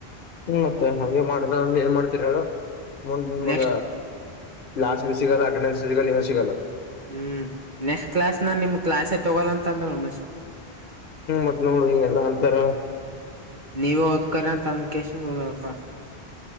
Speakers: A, on the left; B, on the right.
A: ಹ್ಮ ಮತ್ತೆ ಹಾಗೆ ಮಾಡ ಏನ್ ಮಾಡ್ತರ ಹೇಳ ಮುಂದ್ಮಗ
B: ನೆಕ್ಸ್ಟ್
A: ಲ್ಲಾಸ್ ಬ ಸಿಗ ಅಟೆಂಡನ್ಸ್ ಗಲ್ಲ
B: ಹ್ಮ್ ನೆಕ್ಸ್ಟ್ ಕ್ಲಾಸ್ ನ ನಿಮ್ ಕ್ಲಾಾಸೆ ತಗೋಲ್ಲ ಅಂತಂದ್ರುಮ್
A: ಹ್ಮ್ ಮತ್ತ್ ನೋಡಿ ಹಿಂಗೆಲ್ಲಾ ಅಂತರ
B: ನೀವ ಹದಕರ ಅಂತಮ ಕೆೇಶನ್ ಓದಳಪ್ಪಾ